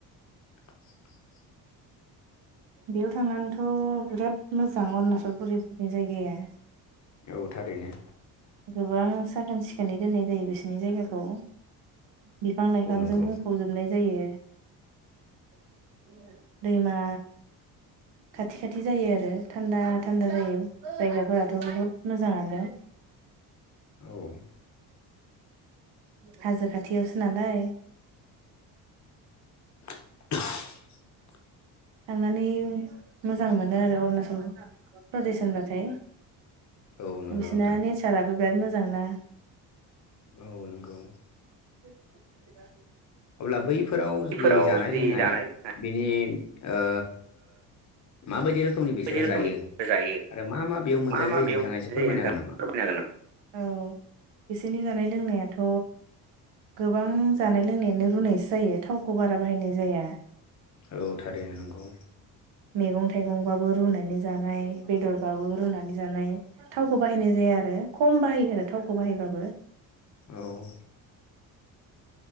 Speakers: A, on the left; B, on the right.
A: <inaudible>
B: बेयाव थांनानैथ' बिराद मोजां अरुणचल प्रदेशनि जायगाया।
A: औ थारैनो
B: गोबां साखोन-सिखोनै दोननाय जायो बिसिनि जायगाखौ बिफां-लाइफांजों
A: औ नंगौ
B: बुंफ'जोबनाय जायो। दैमा खाथि खाथि जायो आरो थान्दा थान्दा जायो जायगाफोराथ' बहुद मोजाङानो
A: औ
B: हाजो खाथियावसो नालाय
A: <unintelligible>
B: थांनानै मोजां मोनो आरो अरुणाचल प्रदेश होनबाथाय
A: औ नंगौ
B: बिसिना
A: नोंथां
B: नेचाराबो बिराद मोजांना
A: औ नोंगौ।
B: <unintelligible>
A: अब्ला बैफोराव
B: बेफोराव
A: जि जानाय-लोंनाय
B: जि जानाय लोंनाय
A: बिनि ओ माबायदि रोखोमनि बिसोरो
B: बायदि रोखोमनि
A: जायो
B: जायो
A: आरो मा मा बेयाव मोनजानाय
B: मा
A: जायो
B: बेयाव
A: नोंथाङा
B: मोननाय
A: एसे फोरमायनो
B: जायो नोंथाङा
A: हागोन नामा?
B: फोरमायनो हागोन नामा औ बिसोरनि जानाय लोंनायाथ' गोबां जानाय लोंनायानो रुनायसो जायो थावखौ बारा बाहायनाय जाया।
A: औ थारै नंगौ।
B: मैगं-थाइगंबाबो रुनानै जानाय बेदरबाबो रुनानै जानाय थावखौ बाहायनाय जाया आरो ख'म बाहायो आरो थावखौ बाहायबाबो
A: औ